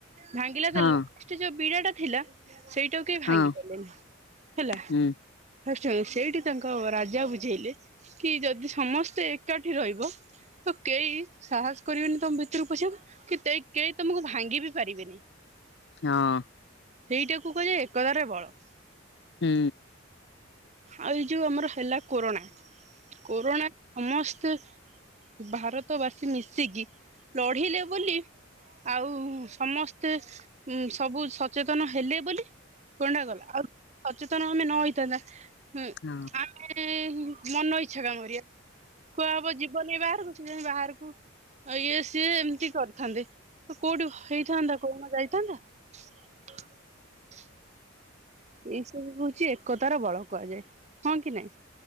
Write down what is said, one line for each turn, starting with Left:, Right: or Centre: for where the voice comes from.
Right: ଭାଙ୍ଗିଲା ତ
Left: ହଁ
Right: ଲାଷ୍ଟ ଯୋଉ ବିଡା ଟା ଥିଲା। ସେଇଟାକୁ କେହି ଭାଙ୍ଗି
Left: ହଁ
Right: ପାଇଲେନି ହେଲା
Left: ହୁଁ
Right: ଷ୍ଟ ସେଇଠି ତାଙ୍କ ରାଜା ବୁଝେଇଲେ କି -ଯଦି ସମସ୍ତେ ଏକାଠି ରହିବ। ତ କେହି ସାହସ କରିବେନି ତମ ଭିତରୁକୁ ପସିଵାକୁ, କି କେହି ତମକୁ ଭାଙ୍ଗି ବି ପାରିବେନି।
Left: ହଁ।
Right: ସେଇଟାକୁ କୁହାଯାଏ ଏକଦାର ବଳ।
Left: ହୁଁ।
Right: ଆଉ ଏଇ ଯୋଉ ଆମର ହେଲା କୋରୋନା, କୋରୋନା ସମସ୍ତେ ଭାରତ ବାସୀ ମିଶିକି ଲଢିଲେ ବୋଲି ଆଉ ସମସ୍ତେ ସବୁ ସଚେତନ ହେଲେ ବୋଲି କଣ ଟା ଗଲା, ଆଉ ସଚେତନ ଆମେ ନ ହେଇଥାନ୍ତା
Left: ହଁ
Right: ହିଁ ମନ ଇଚ୍ଛା କାମ କରିବା, କୁହା ହବ ଜୀବନ ବାହାରକୁ, ବାହାରକୁ ଆ ଇଏ ସିଏ ଏମିତି କରିଥାନ୍ତେ ତ କୋଉଠି ହେଇଥାନ୍ତା କୋଉନା ଯାଇଥାନ୍ତା। ହ <unintelligible> ଏଇ ସବୁ ହଉଛି ଏକତାର ବଳ କୁହାଯାଏ। ହଁ କି ନାଇଁ